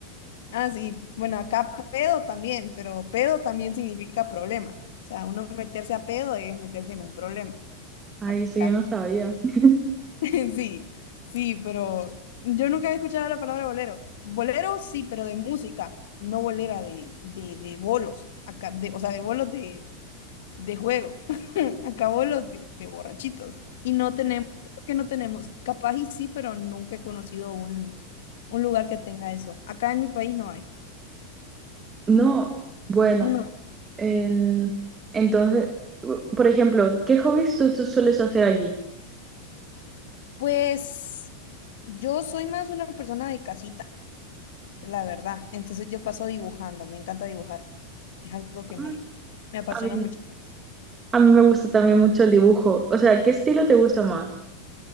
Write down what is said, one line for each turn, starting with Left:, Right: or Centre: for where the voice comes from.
Left: Ah, sí, bueno, acá pedo también, pero pedo también significa problema. O sea, uno meterse a pedo es meterse en un problema.
Right: Ay,
Left: Acá,
Right: eso yo no sabía. <laughs>
Left: <laughs> sí, sí, pero yo nunca había escuchado la palabra bolero. Bolero sí, pero de música, no bolera de, de, de bolos. Acá, de, o sea, de bolos de de juego. <laughs> Acabo los de, de borrachitos. Y no tenemos, creo que no tenemos, capaz y sí, pero nunca he conocido un, un lugar que tenga eso. Acá en mi país no hay.
Right: No, bueno,
Left: No,
Right: en- entonces, u- por ejemplo, ¿qué hobbies tú, tú sueles hacer allí?
Left: pues yo soy más una persona de casita, la verdad. Entonces yo paso dibujando, me encanta dibujar. Es algo que me,
Right: Ah,
Left: me apasiona
Right: A mí,
Left: mucho.
Right: a mí me gusta también mucho el dibujo. O sea, ¿qué estilo te gusta más?